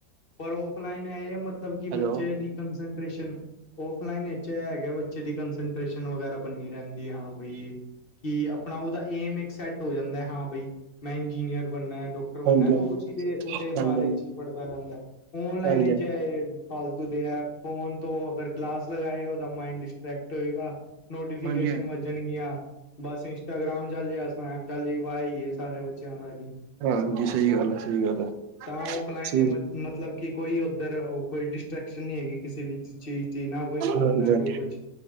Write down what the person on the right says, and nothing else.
ਹੈਲੋ
ਹਾਂਜੀ
ਹਾਂਜੀ
ਹਾਂਜੀ
ਹਾਂਜੀ
ਹਾਂਜੀ ਹਾਂਜੀ
ਹਾਂਜੀ ਸਹੀ ਗੱਲ ਹੈ ਸਹੀ ਗੱਲ ਹੈ
ਸਹੀ
ਹਾਂਜੀ
ਹਾਂਜੀ